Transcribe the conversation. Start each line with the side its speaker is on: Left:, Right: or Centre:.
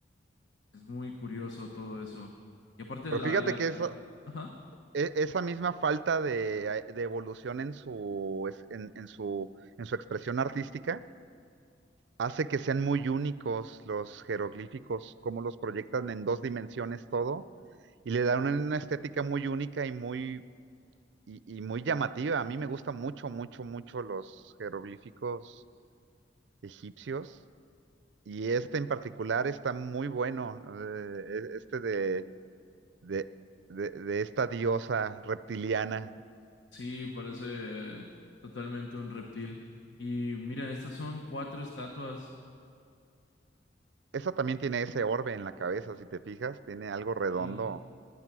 Left: Es muy curioso todo eso. Y aparte
Right: Pero
Left: la,
Right: fíjate
Left: la
Right: que
Left: cara-
Right: eso,
Left: Ajá.
Right: e- esa misma falta de, de evolución en su, es- en, en su, en su expresión artística hace que sean muy únicos los jeroglíficos, como los proyectan en dos dimensiones todo, y le dan una estética muy única y muy y, y muy llamativa. A mí me gustan mucho, mucho, mucho los jeroglíficos egipcios. Y este en particular está muy bueno, eh, e- este de, de, de, de esta diosa reptiliana.
Left: Sí, parece eh, totalmente un reptil. Y mira, estas son cuatro estatuas
Right: Esa también tiene ese orbe en la cabeza, si te fijas, tiene algo redondo
Left: y